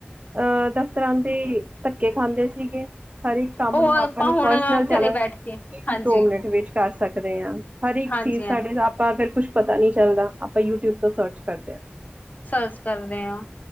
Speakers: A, on the right (about 35°); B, on the left (about 40°).
A: ਅਹ ਦਫ਼ਤਰਾਂ ਦੇ ਧੱਕੇ ਖਾਂਦੇ ਸੀਗੇ ਹਰ ਇੱਕ ਕੰਮ
B: ਉਹ
A: ਨੂੰ ਆਪਾਂ ਨੂੰ
B: ਹੁਣ
A: ਪਰਸਨਲ ਚ
B: ਘਰੇ ਬੈਠ ਕੇ ਹਾਂਜੀ
A: ਦੋ ਮਿੰਟ ਵਿੱਚ ਕਰ ਸਕਦੇ ਹਾਂ ਹਰ ਇੱਕ
B: ਹਾਂਜੀ-ਹਾਂਜੀ
A: ਚੀਜ਼ ਸਾਡੇ ਆਪਾਂ ਅਗਰ ਕੁਛ ਪਤਾ ਨੀ ਚੱਲਦਾ ਆਪਾਂ ਯੂਟਿਊਬ ਤੋਂ ਸਰਚ ਕਰਦੇ ਹਾਂ
B: ਸਰਚ ਕਰਦੇ ਹਾਂ